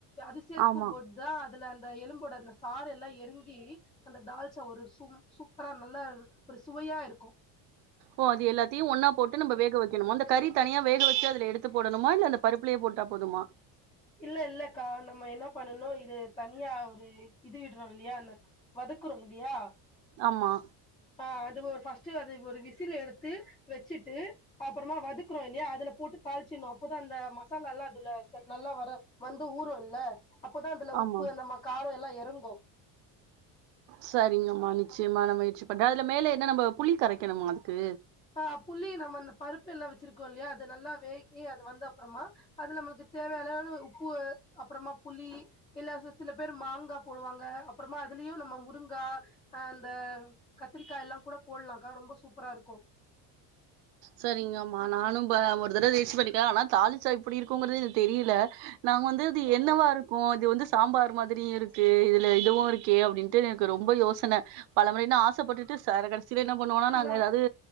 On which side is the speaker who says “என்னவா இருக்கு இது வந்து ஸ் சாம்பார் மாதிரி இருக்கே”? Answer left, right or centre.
Right